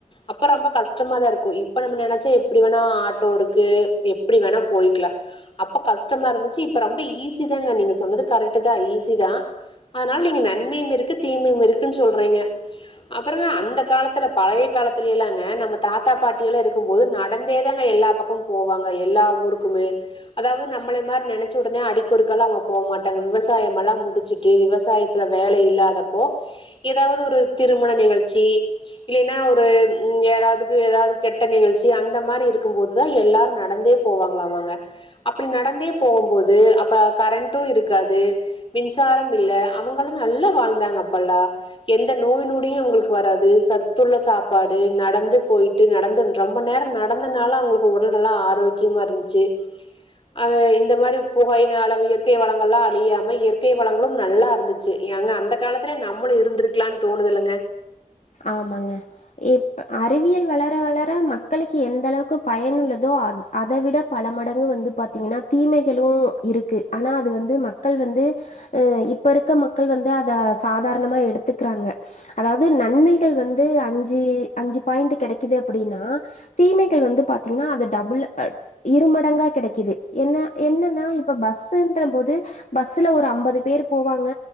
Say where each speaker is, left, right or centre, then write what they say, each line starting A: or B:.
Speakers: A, on the left; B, on the left.
A: அப்ப ரொம்ப கஷ்டமா தா இருக்கு இப்ப நம்ம நனைச்சா எப்டி வேணா ஆட் இருக்கு எப்டி வேணா போய்கலா அப்ப கஷ்டமா இருந்துச்சி இப்போ ரொம்ப ஈஸிதாங்க நீங்க சொன்னது கரெக்ட்டு தா ஈஸி தா அதனால நீங்க நன்மையு இருக்கு தீமையு இருக்குனு சொல்றீங்க அப்பற அந்த காலத்துல பழைய காலத்துலயெல்லாங்க நம்ம தாத்தா பாட்டியெல்லா இருக்கும்போது நடந்தே தாங்க எல்லா அக்கு போவாங்க எல்லா ஊருக்குமே அதாவது நம்மள மாரி நெனைச்ச உடனே அடிக்கொருக்கல்லா அவுங்க போக மாட்டாங்க விவசாயம்ல்லா முடிச்சுட்டு விவசாயத்துல வேலை இல்லாதப்போ ஏதாவது ஒரு திருமண நிகழ்ச்சி இல்லைன்னா ஒ ப் ம் யாராவதுக்கு ஏதாவ கெட் ட்ட நிகழ்ச்சி அந்த மாரி இருக்குபோ தா எல்லாரு நடந்தே போவாங்களாமாக அப்பிடி நடந்தே போம்போது அப்ப கரண்டு இருக்காது மின்சாரம் இல்ல அவங்களு நல்லா வாழ்ந்தாங்க அப்பெல்லா எந்த நோய் நொடியு உங்களுக்கு வராது சத்துள்ள சாப்பாடு நடந்து போயிட்டு நடந்து ரொம்ப நேரம் நடந்தனால அவங்களுக் உடல் நல்ல ஆரோக்கி க்கியமா இருந்துச்சி அது இந்த மாரி புகையினால அளவு இயற்கை வளங்கள்ல்லா அழியாம இயற்கை வளங்களு நல்லா இருந்துச்சி எங்க அந்த காலத்துல நம்மளு இருந்திருக்கலா தோணுது இல்லங்க
B: ஆமாங்க ப் அறிவியல் வளர வளர மக்களுக்கு எந்த அளவுக்கு பயனுள்ளதோ அந் அத விட பல மடங்கு வந்து பாத்தீங்கன்னா தீமைகளு இருக்கு ஆனா அது வந்து மக்கள் வந்து அ இப்ப இருக்க மக்கள் வந்து அத சாதாரணமா எடுத்துக்கிறாங்க அதாவது நன்மைகள் வந்து அஞ்சு அஞ்சு பாய்ண்டு கிடைக்குது அப்பிடின்னா தீமைகள் வந்து பாத்தீங்கன்னா அது டபுள் இருமடங்கா கிடைக்குது என்ன என்னன்னா இப்ப பஸ்ன்ற போது பஸ்ல ஒரு ஐம்பது பேர் போவாங்க